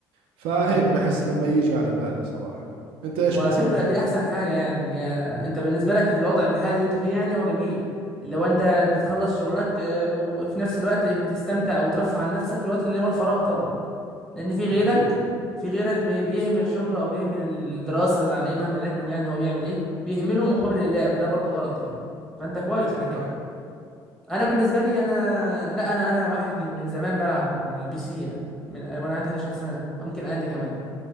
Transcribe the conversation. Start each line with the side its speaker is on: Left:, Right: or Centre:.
Right: فهيك
Centre: امم
Right: بحس لما يجي على بالي صراحة انت ايش
Centre: وعلى
Right: بتصنف
Centre: فكره دي
Right: حالك
Centre: احسن حاجه يعني يا انت بالنسبه لك الوضع الحالي اللي انت فيه يعني هو جميل اللي هو انت بتخلص شغلك آه، وفي نفس الوقت بتستمتع وبترفه عن نفسك في الوقت اللي هو الفراغ طبعا لان في غيرك
Right: اكيد
Centre: في غيرك بي- بيهمل شغله او بيهمل الدراسه اللي عليه مهما يكن يعني هو بيعمل ايه بيهمله مقابل اللعب فده برضه غلط يعني فانت كويس على
Right: صح
Centre: كده انا بالنسبه لي انا لا انا انا واحد من زمان بلعب على البي سي يعني من وانا عندي 11 سنه أو ممكن اقل كمان